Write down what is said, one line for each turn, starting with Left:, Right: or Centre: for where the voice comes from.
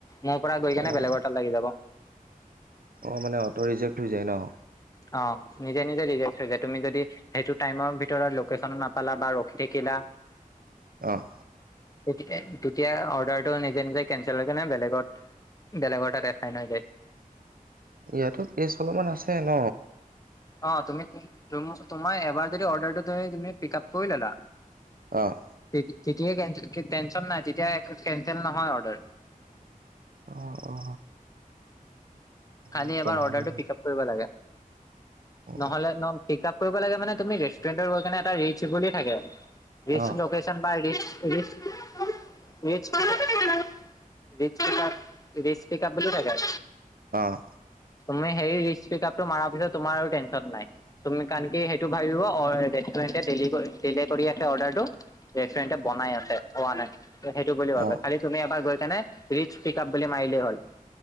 Left: মোৰ পৰা গৈ কেনে
Right: অ
Left: বেলেগৰ তাত লাগি যাব।
Right: অ', মানে অট' ৰিজেক্ট হৈ যায় ন?
Left: অ', নিজে নিজে ৰিজেক্ট হৈ যায়, তুমি যদি সেইটো টাইমৰ ভিতৰত লোকেশ্যন নাপালা বা ৰখি থাকিলা।
Right: অ'।
Left: <unintelligible> তেতিয়া অৰ্ডাৰটো নিজে নিজে কেনচেল হয় কেনে বেলেগত বেলেগৰ তাত এচাইন হৈ যায়।
Right: ইয়াতো কেচ অলপমান আছে ন?
Left: অ', তুমি তুম তোমাৰ এবাৰ যদি অৰ্ডাৰটো তুমি তুমি পিক আপ কৰি ললা
Right: অ'।
Left: তেতি তেতিয়া কেনঞ্চ <unintelligible> টেনচন নাই তেতিয়া এ কেনঞ্চেল নহয় অৰ্ডাৰ।
Right: অ', অ'। এনেকুৱাহে
Left: কালি এবাৰ অৰ্ডাৰটো
Right: ন
Left: পিক আপ কৰিব লাগে,
Right: অ
Left: নহ'লে নম পিক আপ কৰিব লাগে মানে তুমি ৰেষ্টুৰেন্টত গৈ কেনে এটা ৰিটচ বুলি থাকে। ৰিটচ
Right: অ
Left: লোকেশ্য <unintelligible> ৰিটচ ৰিটচ পিকাপ ৰিটচ পিকাপ বুলি থাকে।
Right: অ'।
Left: তুমি হেৰি ৰিটচ পিক আপটো মাৰা পিছত তোমাৰ আৰু টেনচন নাই। তুমি কাৰণ কি সেইটো ভাবিব অ', ৰেষ্টুৰেণ্টে ডেলি কৰি ডিলে কৰি আছে অৰ্ডাৰটো। ৰেষ্টুৰেণ্টে বনাই আছে, হোৱা নাই ত' সেইটো বুলি ভাবে
Right: অ অ
Left: খালি তুমি এবাৰ গৈ কেনে ৰিস্ক পিক আপ বুলি মাৰিলে হ'ল।